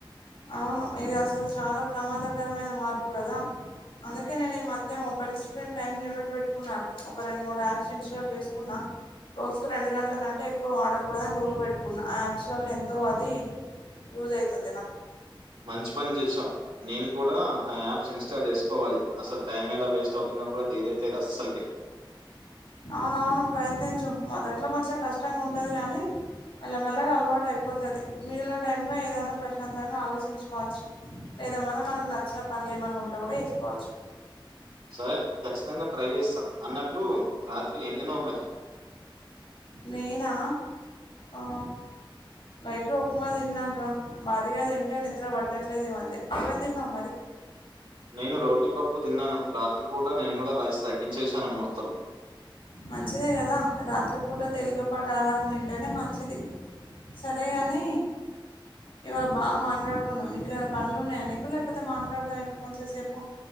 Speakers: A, on the left (about 80°); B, on the right (about 85°).
A: అవును ఇది అసలు చాలా ప్రమాదకరమైన మార్పు కదా అందుకే నేను ఈ మధ్య మొబైల్ స్క్రీన్ టైమ్ లిమిట్ పెట్టుకున్నాను ఒక రెండు మూడు యాప్స్ ఇన్స్టాల్ చేసుకున్నా రోజుకు రెండు గంటల కంటే ఎక్కువ వాడకూడదని రూల్ పెట్టుకున్నా యాప్స్ వల్ల ఎంతో అది యూస్ అయితుంది నాకు
B: మంచి పని చేసావు నేను కూడా ఆ యాప్స్ ఇన్స్టాల్ చేసుకోవాలి అసలు టైం ఎలా వేస్ట్ అవుతుందో కూడా తెలియట్లేదు అస్సలకే
A: అవునవును ప్రయత్నించు మొదట్లో కొంచెం కష్టంగా ఉంటది గాని మెల్ల మెల్లగా అలవాటు అయిపోతది మిగిలిన టైమ్ లో ఏదైనా ప్రశాంతంగా ఆలోచించుకోవచ్చు లేదా మన మనకు నచ్చిన పనులు ఏమన్నా ఉంటే కూడా చేసుకోవచ్చు
B: సరే ఖచ్చితంగా ట్రై చేస్తా అన్నట్టు రాత్రి ఏం తినవు మరి
A: నేనా ఆ లైట్ ఉప్మా తిన్నానురా భారీగా తింటే నిద్ర పట్టట్లేదు ఈ మధ్య నువ్వేం తిన్నావు మరి
B: నేను రోటీ పప్పు తిన్నాను రాత్రిపూట నేను కూడా రైస్ తగ్గించేశాను మొత్తం
A: మంచిదే కదా రాత్రిపూట తేలికపాట ఆహారం తింటేనే మంచిది సరే గానీ ఇవాళ బాగా మాట్లాడుకున్నాం ఇంకేమైనా పనులున్నాయా నీకు లేకపోతే మాట్లాడదామా ఇంక కొంచెం సేపు